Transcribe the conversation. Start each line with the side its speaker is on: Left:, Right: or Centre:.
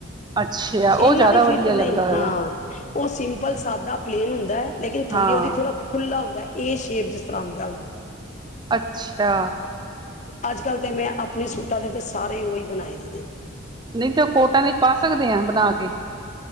Right: ਅੱਛਾ ਉਹ
Left: ਇਨਾਂ
Right: ਜ਼ਿਆਦਾ
Left: ਵੀ ਫਿਟ
Right: ਵਧੀਆ
Left: ਨਹੀਂ
Right: ਲੱਗਦਾ
Left: ਹਾਂ
Right: ਹੈਗਾ
Left: ਉਹ ਸਿੰਪਲ ਸਾਦਾ ਪਲੇਨ ਹੁੰਦਾ ਹੈ ਲੇਕਿਨ ਥਲਿਉ
Right: ਹਾਂ
Left: ਦੀ ਥੋੜ੍ਹਾ ਖੁੱਲ੍ਹਾ ਹੁੰਦਾ ਹੈ ਇਹ ਸ਼ੇਪ ਜਿਸ ਤਰਾਂ <unintelligible>
Right: ਅੱਛਾ
Left: ਅੱਜ ਕੱਲ੍ਹ ਤਾਂ ਮੈਂ ਆਪਣੇ ਸੂਟਾਂ ਦੇ ਤਾਂ ਸਾਰੇ ਉਹ ਹੀ ਬਣਾਏ ਨੇ
Right: ਨਹੀਂ ਤੇ ਉਹ ਕੋਟਾਂ ਨਹੀਂ ਪਾ ਸਕਦੇ ਆ ਬਣਾ ਕੇ